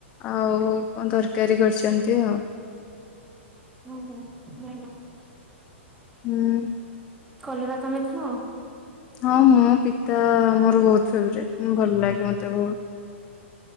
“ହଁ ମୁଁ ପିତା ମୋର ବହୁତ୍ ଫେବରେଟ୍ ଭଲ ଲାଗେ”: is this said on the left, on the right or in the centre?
Left